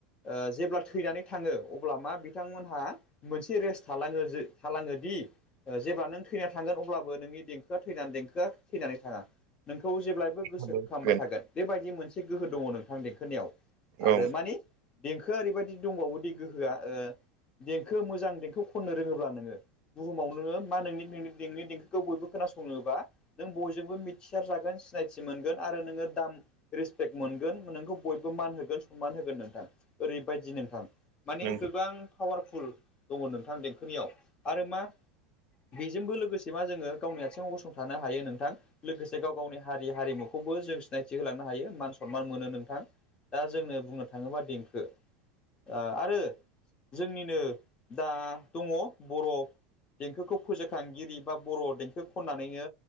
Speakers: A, on the left; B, on the right.
A: ओ जेब्ला थैनानै थाङो अब्ला मा बिथांमोनहा मोनसे रेस्ट थालाङो थालाङो दि ओ जेब्ला नों थैनानै थांगोन अब्लाबो नोंनि देंखोआ थै देंखोआ थैनानै थाङा। नोंखौ जेब्लायबो गोसोखांबाय
B: हागोन
A: थागोन बेबायदि मोनसे गोहो दङ नोंथां देंखोनियाव। आरो
B: औ
A: मानि देंखोआ ओरैबायदि दंबावो दि गोहोआ ओ‌ देंखो मोजां देंखो खननो रोङोब्ला नोङो बुहुमाव नोङो मा नोंनि नोंनि नोंनि देंखोखौ बयबो खोनासङोबा नों बयजोंबो मिथिसार जागोन सिनायथि मोनगोन आरो नोङो दाम रिसपेक्ट मोनगोन। नोंखौ बयबो मान होगोन सनमान होगोन नोंथां ओरैबायदि नोंथां। माने
B: नंगौ
A: गोबां पावारफुल दङ नोंथां देंखोनियाव आरो मा बेजोंबो लोगोसे मा जोङो गावनि आथिङाव गसंथानो हायो नोंथां लोगोसे गाव गावनि हारि हारिमु खौबो जों सिनायथि होलांनो हायो मान सनमान मोनो नोंथां। दा जोंनो बुंनो थाङोब्ला देंखो आ आरो जोंनिनो दा दङ बर' देंखोखौ फोजाखांगिरि बा बर' देंखो खननानैनो